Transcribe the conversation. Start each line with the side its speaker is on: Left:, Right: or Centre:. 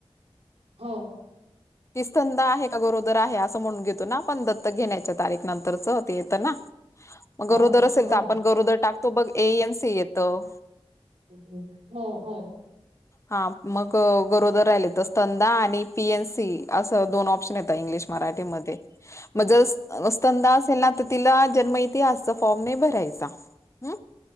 Right: हो.
Left: ती स्तंद आहे का गरोदर आहे. असं म्हणून घेतो ना आपण दत्तक घेण्याच्या तारीख नंतर च ते येतं ना. मग
Right: हो
Left: गरोदर असेल
Right: हो
Left: तर आपण गरोदर टाकतो बघ ए एन सी येतं
Right: हो हो हो.
Left: हा मग गरोदर राहिले तर स्तंदा आणि पी एन सी असं दोन ऑप्शन येतं. होत इंग्लिश मराठी मध्ये म जर स्तंदा असेल ना त तिला जन्म इतीे असतं फॉर्म नाही भरायचा हं